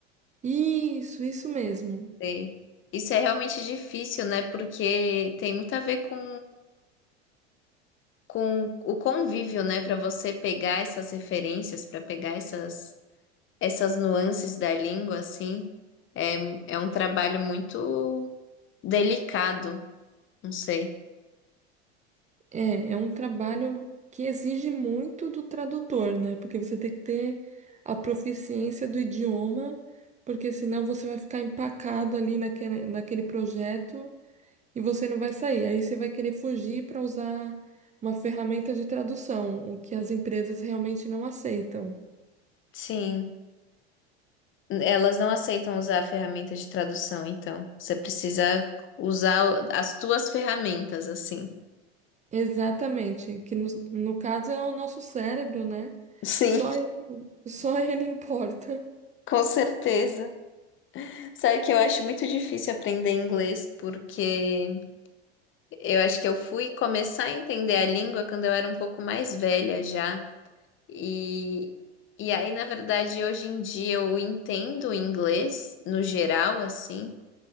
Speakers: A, on the right; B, on the left.
A: Isso, isso mesmo.
B: Sei. Isso é realmente difícil, né? Porque tem muito a ver com, com o convívio, né? Para você pegar essas referências, para pegar essas, essas nuances da língua, assim. É, é um trabalho muito delicado, não sei.
A: É, é um trabalho que exige muito do tradutor, né? Porque você tem que ter a proficiência do idioma, porque senão você vai ficar empacado ali naquele, naquele projeto e você não vai sair. Aí você vai querer fugir para usar uma ferramenta de tradução, o que as empresas realmente não aceitam.
B: Sim. Elas não aceitam usar a ferramenta de tradução, então. Você precisa usar o- as tuas ferramentas, assim.
A: Exatamente, que no, no caso é o nosso cérebro, né?
B: Sim,
A: Só,
B: <laughs>
A: só <laughs> ele importa.
B: com certeza. Sabe que eu acho muito difícil aprender inglês, porque eu acho que eu fui começar a entender a língua quando eu era um pouco mais velha já. E, e aí, na verdade, hoje em dia eu entendo o inglês no geral, assim.